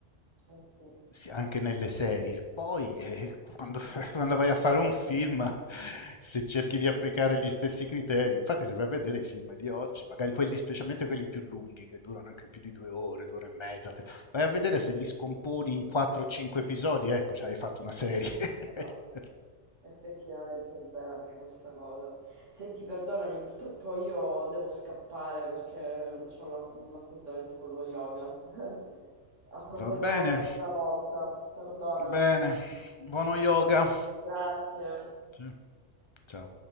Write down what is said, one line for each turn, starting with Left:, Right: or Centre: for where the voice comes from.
Right: Eh sì.
Left: Sì, anche nelle serie. Poi, eh, quando, <laughs> quando vai a fare un film, <laughs> se cerchi di applicare gli stessi criteri, infatti, se vai a vedere i film di oggi, magari quelli, specialmente quelli più lunghi, che durano anche più di due ore, due ore e mezza, vai a vedere se li scomponi in 4-5 episodi, ecco, cioè hai fatto una serie. <laughs>
Right: Ah, ah. Effettivamente è vera anche questa cosa. Senti, perdonami, purtroppo io devo scappare perché ho la- l'appuntamento con lo yoga. <laughs> Approfondiamo
Left: Va bene.
Right: un'altra volta, perdonami.
Left: Bene. Buono yoga.
Right: Grazie.
Left: Sì. Ciao.